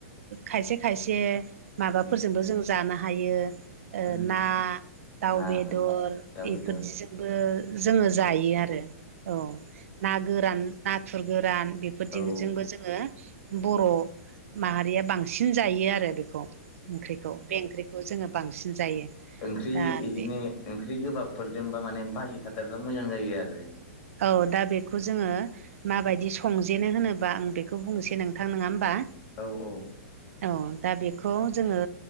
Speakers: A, on the right; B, on the left.
A: खायसे खायसे माबाफोरजोंबो
B: उम
A: जों जानो हायो। ओ
B: उम
A: ना दाउ
B: ना
A: बेदर
B: उम दाउ बेदर
A: इफोरदिजोंबो जोंङो जायो
B: औ
A: आरो औ ना गोरान नाथुर गोरान बेफोरजोंबो
B: उम
A: जों जोंङो बर' माहारिया बांसिन जायो आरो बेखौ। ओंख्रिखौ बे ओंख्रिखौ जोंङो बांसिन जायो।
B: ओंख्रि
A: दा
B: बिदिनो
A: बे
B: ओंख्रि गोबाबफोरजोंबा माने बाजि थादेरबा मोजां जायो आरो
A: औ दा बेखौ जोंङो माबायदि संजेनो होनोबा आं बेखौ बुंसै नोंथां नङा होमबा
B: औ औ।
A: औ दा बेखौ जोङो